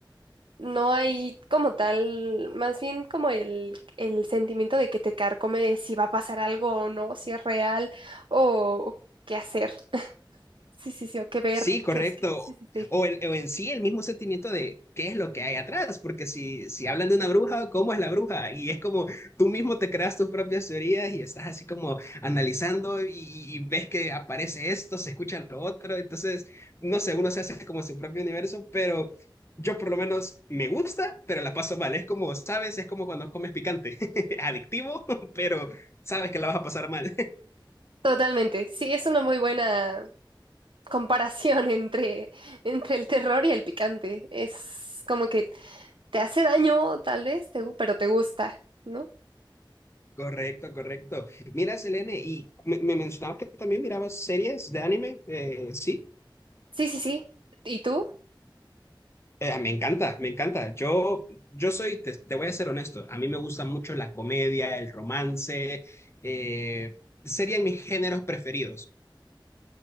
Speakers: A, on the right; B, on the left.
A: no hay como tal, más bien como el, el sentimiento de que te carcome de si va a pasar algo o no, si es real o, o qué hacer. <laughs> Sí, sí, sí, o qué ver,
B: Sí, correcto.
A: qué es que. Sí, sí, sí.
B: O, el- o en sí el mismo sentimiento de qué es lo que hay atrás, porque si, si hablan de una bruja, ¿cómo es la bruja? Y es como tú mismo te creas tus propias teorías y estás así como analizando y, y ves que aparece esto, se escucha lo otro, entonces, no sé, uno se hace como su propio universo, pero yo por lo menos me gusta, pero la paso mal. Es como, sabes, es como cuando comes picante, <laughs> adictivo, pero sabes que la vas a pasar mal.
A: Totalmente. Sí, es una muy buena comparación <laughs> entre, entre el terror y el picante. Es como que te hace daño, tal vez, te gu- pero te gusta, ¿no?
B: Correcto, correcto. Mira, Selene, y me, me mencionabas que también mirabas series de anime, eh, sí,
A: Sí, sí, sí. ¿Y tú?
B: Eh, me encanta, me encanta. Yo, yo soy, te, te voy a ser honesto, a mí me gusta mucho la comedia, el romance, eh, serían mis géneros preferidos.